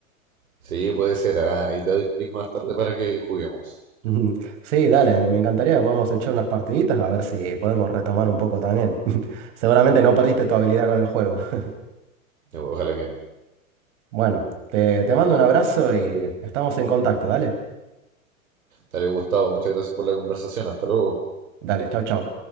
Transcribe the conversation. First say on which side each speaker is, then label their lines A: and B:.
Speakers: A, on the right (about 75°); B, on the right (about 55°).
A: Sí, puede ser. ah, ahí te doy mi link más tarde para que juguemos.
B: <laughs> Ujú. Sí, dale, me me encantaría que podamos echar unas partiditas a ver si podemos retomar un poco también. <laughs> Seguramente no perdiste tu habilidad con el juego. <laughs>
A: Ojalá que no.
B: Bueno, te, te mando un abrazo y estamos en contacto, dale.
A: Dale, Gustavo, muchas gracias por la conversación. Hasta luego.
B: Dale, chau, chau.